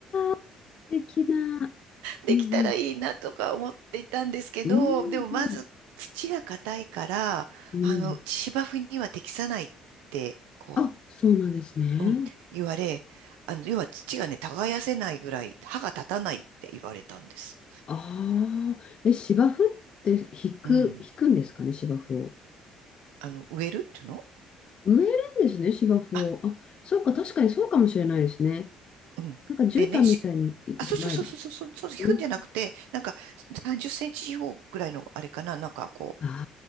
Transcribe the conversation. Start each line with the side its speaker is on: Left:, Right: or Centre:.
Left: あ、素敵な。
Right: できたらいいなとか思っていたんですけど、
Left: うんうん。うん
Right: でもまず土が硬いから、
Left: うん。
Right: あの、
Left: うん。
Right: 芝生には適さないって、こ
Left: あ、そうなんですね。
Right: う、うん、言われ、あの、要は土がね、耕せないぐらい歯が立たないって言われたんです。
Left: ああ、え、芝生って引く、
Right: うん。
Left: 引くんですかね、芝生を。
Right: あの、植えるっていうの
Left: 植えるんですね、芝生を。
Right: あ、
Left: あ、そうか、確かにそうかもしれないですね。
Right: うん。
Left: なんか絨毯みたいに、
Right: でね、しあ、
Left: じゃないです
Right: そうそうそうそうそう、そう、そう、引くんじゃなくて、
Left: ね。
Right: なんか30センチ四方ぐらいのあれかな、なんかこ
Left: あ